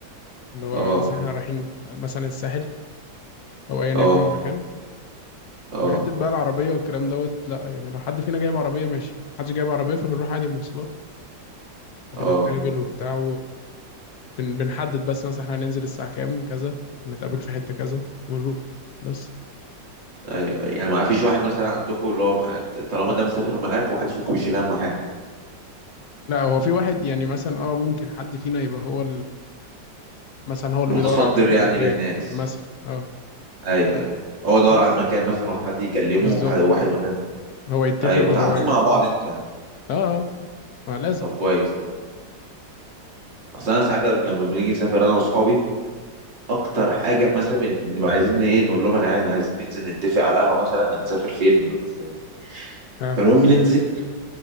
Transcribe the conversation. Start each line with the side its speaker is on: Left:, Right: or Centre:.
Left: اللي هو
Right: اه
Left: مثلا احنا رايحين مثلا الساحل او ايا يكن
Right: اه
Left: المكان
Right: اه
Left: وحته بقى العربيه والكلام دوت لا يعني لو حد فينا جايب عربيه ماشي محدش جايب عربيه فبنروح عادي مواصلات بنتقابل
Right: اه
Left: وبتاع وبنحدد بس مثلا احنا هننزل الساعه كام كذا نتقابل في حته كذا ونروح بس
Right: ايوه أيوة. يعني ما فيش واحد مثلا عندكم اللي هو مح- طالما ده مسافر معاك وواحد فيكم بيشيل اهم حاجه
Left: لا هو في واحد يعني مثلا اه ممكن حد فينا يبقى هو مثلا هو اللي
Right: متصدر
Left: بيدور على المكان
Right: يعني للناس
Left: مثلا اه
Right: ايوه ايوه هو يدور
Left: بس
Right: على المكان مثلا وحد يكلمه
Left: بالظبط
Right: وح- وواحد مثلا
Left: هو يتفق
Right: ايوه متعاونين
Left: وهو يخبط
Right: مع بعض انتوا يعني
Left: اه اه ما لازم
Right: طب كويس اه اصل انا ساعات لما بنيجي نسافر انا واصحابي اكتر
Left: مم.
Right: حاجه مثلا بن- بنبقى عايزين ايه نقول لهم يا جدعان عايزين ننزل نتفق على القهوه مثلا هنسافر فين ولا ازاي
Left: اه
Right: فالمهم ننزل